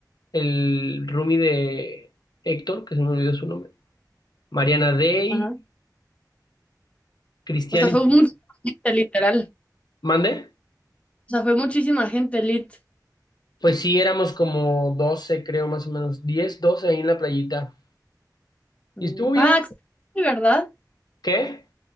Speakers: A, on the left (about 70°); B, on the left (about 15°).
A: el roomie de Héctor, que se me olvidó su nombre, Mariana Day,
B: Ajá.
A: Cristian
B: O sea, fue
A: y...
B: mucha gente, literal.
A: ¿Mande?
B: O sea, fue muchísima gente, lit.
A: Pues sí, éramos como 12 creo, más o menos, diez doce ahí en la playita.
B: Mm,
A: Y estuvo bien.
B: Ah, Axel, fue, ¿verdad?
A: ¿Qué?